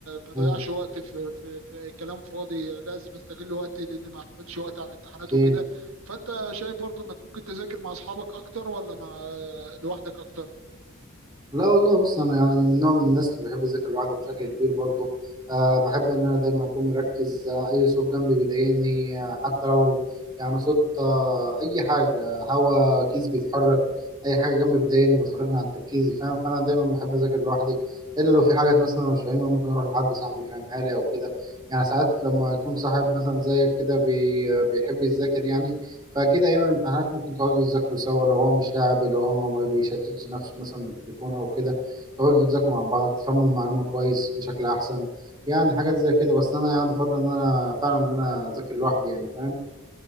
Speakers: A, on the right; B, on the right.
A: ما ضيعش
B: مم،
A: وقت في, في, في كلام فاضي لازم استغل وقتي لان ما فاضلش وقت على الامتحانات
B: أكيد
A: وكده فانت شايف برضو انك ممكن تذاكر مع اصحابك اكتر ولا مع آه، لوحدك اكتر
B: لا والله بص انا يعني من نوع من الناس اللي بحب اذاكر لوحده بشكل كبير برضه أه بحب ان انا دايما اكون مركز آه، اي صوت جنبي بيضايقني آه، حتى لو يعني صوت أه اي حاجه هوا كيس بيتحرك اي حاجه جنبي بتضايقني وبتخرجني عن تركيزي فاهم فانا دايما بحب اذاكر لوحدي الا لو في حاجه مثلا أنا مش فاهمها ممكن اروح لحد صاحبي يفهمها لي او كده يعني ساعات لما يكون صاحب مثلا زيك كده بي بيحب يذاكر يعني فأكيد أيام الامتحانات ممكن تقعدوا تذاكروا سوا لو هو مش لاعب لو هو ما بيشتتش نفسه مثلا بالتليفون أو كده تقعدوا تذاكروا مع بعض تفهموا المعلومة كويس بشكل أحسن يعني حاجات زي كده بس أنا يعني بفضل إن أنا فعلا إن أنا أذاكر لوحدي يعني فاهم؟